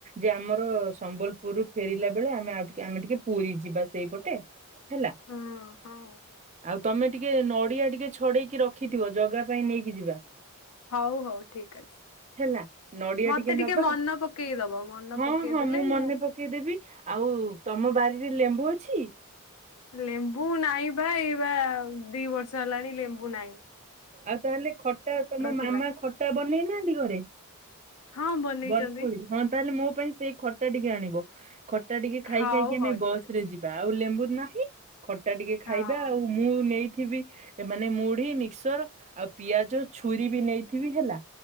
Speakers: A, on the right; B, on the left.
A: ଯେ ଆମର ସମ୍ବଲପୁରରୁୁ ଫେରିଲା ବେଳେ ଆମେ ଆମେ ଟିକେ ପୁରୀ ଯିବା ସେଇପଟେ। ହେଲା,
B: ହୁଁ ହୁଁ
A: ଆଉ ତମେ ଟିକେ ନଡିଆ ଟିକେ ଛ ଛଡେଇକି ରଖିଥିବ ଜଗା ପାଇଁ ନେଇକି ଯିବା।
B: ହଉ ହଉ ଠିକ ଅଛି।
A: ହେଲା ନଡିଆ
B: ମତେ ଟିକେ
A: ନବା
B: ମନ ପକେଇ ଦବ ମନ
A: ହଁ
B: ପକେଇଦେଲେ
A: ହଁ ମନେ
B: ମୁଁ
A: ପକେଇଦେବି, ଆଉ ତମ ବାରିରେ ଲେମ୍ବୁ ଅଛି?
B: ଲେମ୍ବୁ ନାଇଁ ପା ଇଏ ବା ଦି ବର୍ଷ ହେଲାଣି ଲେମ୍ବୁ ନାଇଁ।
A: ଆଉ ତାହେଲେ ଖଟା ତମ ମାମା
B: ଥିଲା
A: ଖଟା ବନେଇନାହାନ୍ତି ଘରେ?
B: ହଁ ବନେଇଛନ୍ତି।
A: ବରକୋଳି ହଁ ତାହେଲେ ମୋ ପାଇଁ ସେଇ ଖଟା ଟିକେ ଆଣିବ ଖଟା ଟିକେ ଖାଇ
B: ହଉ
A: ଖାଇକି ଆମେ
B: ହଉ
A: ବସ
B: ଠିକ୍ ଅଛି
A: ରେ ଯି ବା ଆଉ ଲେମ୍ବୁ ନାହିଁ ଖଟା ଟିକେ ଖାଇବା
B: ହଁ
A: ଆଉ ମୁଁ ନେଇଥିବି ଏମାନେ ମୁଢି ମିକ୍ସର ଆଉ ପିଆଜ ଛୁରୀ ବି ନେଇଥିବି ହେଲା।